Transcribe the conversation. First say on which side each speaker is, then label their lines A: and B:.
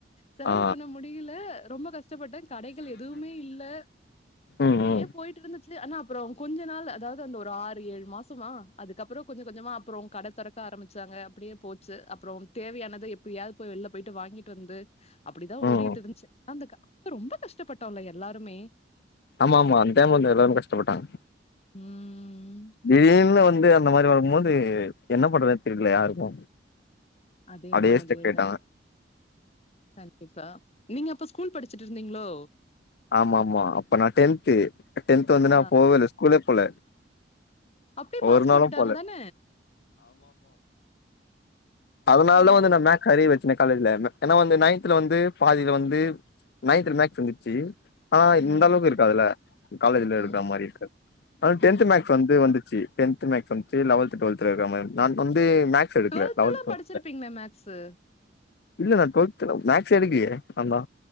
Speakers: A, on the left; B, on the left.
A: செலவு
B: ஆ
A: பண்ண முடில ரொம்ப கஷ் கஷ்டப்பட்டே கடைகள் எதுவுமே இல்ல அப்டியே
B: ம் ம்
A: போய்ட்டு இருந்துச்சு ஆனா அப்பறோ கொஞ்ச நாள் அதாவது அந்த ஒரு ஆறு ஏழு மாசமா அதுக்கப்பறோ கொஞ்ச கொஞ்சமா அப்பறோ கட தொறக்க ஆரம்முச்சாங்க அப்டியே போச்சு அப்பறோ தேவையானத எப்டியாவது போய் வெளில போய்ட்டு வாங்கிட்டு வந்து அப்பிடிதா ஓடிக்கிட்ருந்ச்சு
B: ம்
A: அந்த அப்ப ரொம்ப கஷ்டப்பட்டோல எல்லாருமே
B: ஆமா ஆமா அந்த டைம் வந்து எல்லாரு கஷ்டப்பட்டாங்க
A: ம்
B: திடீர்னு வந்து இந்த மாரி வரும்போது என்ன பண்றதுன் தெரில யாருக்கு
A: அதேதா
B: அப்டியே
A: அதேதா
B: ஸ்டக் ஆயிட்டாங்க
A: கண்டிப்பா நீங்க அப்ப ஸ்கூல் படுச்சுட்ருந்தீங்களோ
B: ஆமா ஆமா அப்ப நா டென்து டென்த் வந்து
A: ஆ
B: நா போவே இல்ல ஸ்கூலே போல
A: அப்டியே பாஸ்
B: ஒரு நாளு
A: போட்டுட்டாங்க
B: போல
A: தான
B: அதுனாலதா
A: ஆ
B: வந்து நா மேக்ஸ் அரியர் வச்சனே காலேஜ்ல ஏனா வந்து நைன்த்ல வந்து பாதில வந்து நைன்த்ல மேக்ஸ் வந்ச்சு ஆனா
A: ம்
B: இந்த அளவுக்கு இருக்காதுல காலேஜுல
A: ம்
B: இருக்குற மாரி இருக்காது ஆனா டென்த்
A: ம்
B: மேக்ஸ் வந்து வந்துச்சு டென்து மேக்ஸ் வந்துச்சு லவல்த்து டுவல்த்ல இருக்கா மாரி நா வந்து மேக்ஸ் எடு
A: டுவெல்த்லா
B: லவல்த்து வண்டே
A: படிச்சிருப்பீங்களே மேக்ஸு
B: இல்ல நா டுவெல்த்ல மேக்ஸே எடுக்கலயே நாந் தா